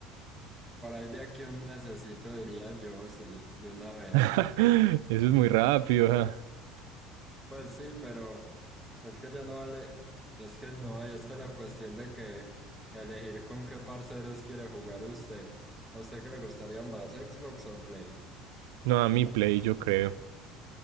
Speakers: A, in the centre; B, on the right.
A: Por ahí de aquí a un mesecito diría yo, sí, de una vez.
B: <laughs> Eso es muy rápido. ajá.
A: Pues sí, pero es que ya no vale, es que no, ahí está la cuestión de que elegir con qué parceros quiere jugar usted. ¿A usted qué le gustaría más, Xbox o Play?
B: No, a mi Play, yo creo.